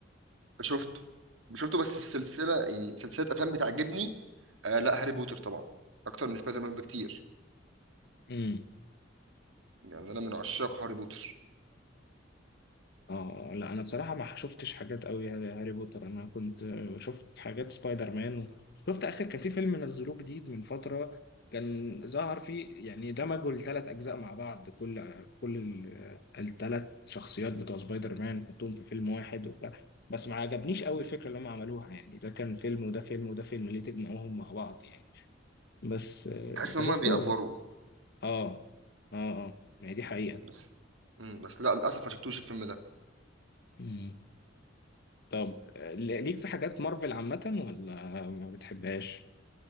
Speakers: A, on the right; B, on the left.
A: شفته شفته بس السلسله يعني سلسله افلام بتعجبني آه لا هاري بوتر طبعا اكتر من سبايدر مان بكتير
B: 3
A: يعني انا من عشاق هاري بوتر
B: اه لا انا بصراحه ما شفتش حاجات قوي هاري بوتر انا كنت آه، شفت حاجات سبايدر مان و... شفت اخر كان في فيلم نزلوه جديد من فتره كان ظهر فيه يعني دمجوا الثلاث اجزاء مع بعض كل كل الثلاث شخصيات بتوع سبايدر مان حطوهم في فيلم واحد وبتاع بس ما عجبنيش قوي الفكره اللي هم عملوها يعني ده كان فيلم وده فيلم وده فيلم ليه تجمعوهم مع بعض يعني بس آه،
A: بحس
B: انت
A: ان
B: شفته
A: هم بيأفوروا
B: ولا؟ اه اه اه يعني دي حقيقه
A: بس امم بس لا للاسف ما شفتوش الفيلم ده
B: مم. طب آه، ليك في حاجات مارفل عامة ولا ما بتحبهاش؟